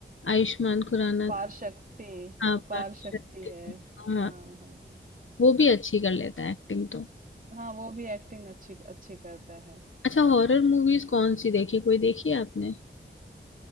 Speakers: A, on the left; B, on the right.
A: आयुष्मान खुराना
B: अपार
A: का
B: शक्ति
A: हाँ
B: अपार
A: पार्थ
B: शक्ति
A: शक्ति।
B: है
A: हाँ
B: हाँ हाँ
A: वो भी अच्छी कर लेता है एक्टिंग तो
B: हाँ वो भी एक्टिंग अच्छी अच्छी करता है
A: अच्छा हॉरर मूवीज कौन सी देखी कोई देखी है आपने